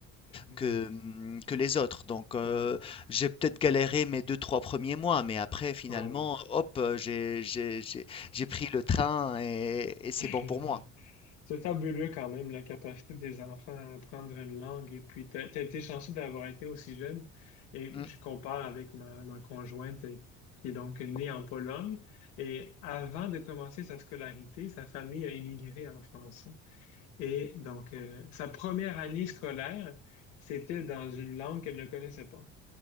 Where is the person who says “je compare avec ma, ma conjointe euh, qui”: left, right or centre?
Left